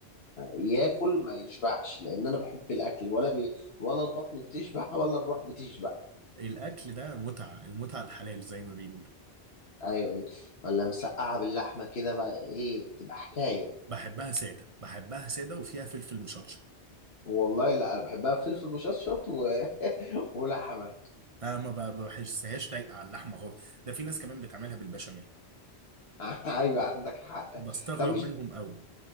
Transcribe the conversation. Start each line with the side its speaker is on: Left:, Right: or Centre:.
Left: ياكل ما يشبعش لان انا بحب الاكل ولا بي ولا البطن بتشبع <laughs> ولا الروح بتشبع
Right: الاكل ده متعة المتعة الحلال زي ما بيقولوا
Left: ايوه ولا مسقعة باللحمة كده بقى ايه تبقى حكاية
Right: بحبها سادة بحبها سادة وفيها فلفل مشطشط
Left: والله لا انا بحبها بفلفل مشطشط و... <laughs> ولحمة
Right: انا ما ب- بحسهاش لايقة على اللحمة خالص ده في ناس كمان بتعملها بالبشاميل
Left: <laughs> ايوه عندك حق
Right: بستغرب
Left: طب مش
Right: منهم قوي